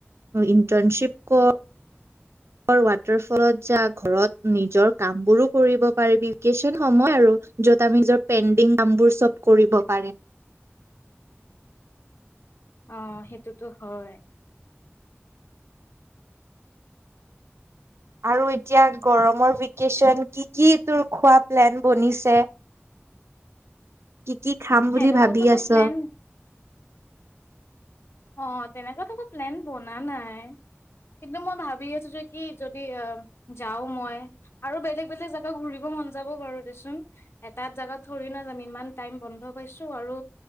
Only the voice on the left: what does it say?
অঁ সেইটোতো হয়।
সেনেকুৱাতো
একো
প্লেন অ তেনেকুৱাত একো প্লেন বনা নাই কিন্তু মই ভাবি আছোঁ যে কি যদি যাওঁ মই আৰু বেলেগ বেলেগ জেগা ঘূৰিব মন যাব বাৰু দেচোন এটা জেগাত থৰি নাযাম ইমান টাইম বন্ধ পাইছোঁ আৰু